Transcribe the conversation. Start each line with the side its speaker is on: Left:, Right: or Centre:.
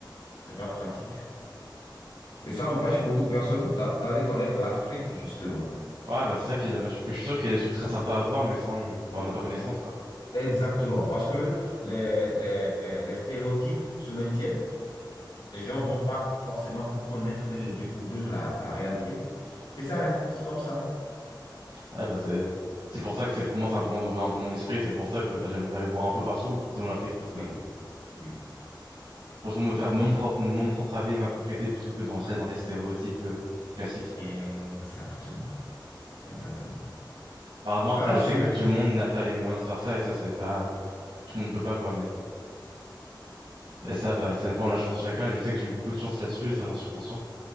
Left: c'est pas pratique. Et ça empêche beaucoup de personnes d'a- d'aller connaître l'Afrique, justement.
Right: Ouais, bah, c'est ça qui est dommage. Parce que je suis sûr qu'il y a des trucs très sympas à voir, mais ça, on bah, on n'a pas connaissance, quoi.
Left: Exactement, parce que les, les, les stéréotypes se maintiennent. Les gens vont pas forcément pour connaître et découvrir la, la réalité. Et ça reste comme ça.
Right: Ouais, bah, c'est. C'est pour ça que c'est pour moi, c'est important d'ouvrir un peu mon esprit. et C'est pour ça que bah, j'aimerais voir un peu partout, dont l'Afrique, personnellement.
Left: Oui, oui.
Right: Pour me faire mon propre, mon propre avis, ma propre idée, plutôt que de rentrer dans des stéréotypes euh, classiques.
Left: Exactement, exactement.
Right: Malheureusement, après,
Left: Ah,
Right: je
Left: super.
Right: sais que tout le monde n'a pas les moyens de faire ça, et ça, c'est pas. Tout le monde ne peut pas, quoi, mais. Et ça, bah, ça dépend de la chance de chacun. et Je sais que j'ai eu beaucoup de chance là-dessus et ça, j'en suis conscient.